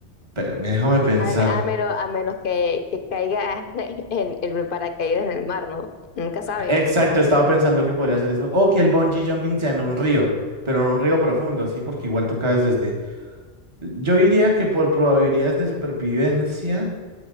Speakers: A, on the right (about 25°); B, on the left (about 50°).
A: Espérame, déjame pensar.
B: A, me- a menos, a menos que, que caiga <laughs> en, en paracaídas en el mar, ¿no? Nunca sabes.
A: Exacto, estaba pensando que podría hacer eso. O que el bungee jumping sea en un río, pero en un río profundo, sí, porque igual tú caes desde. Yo diría que por probabilidades de supervivencia,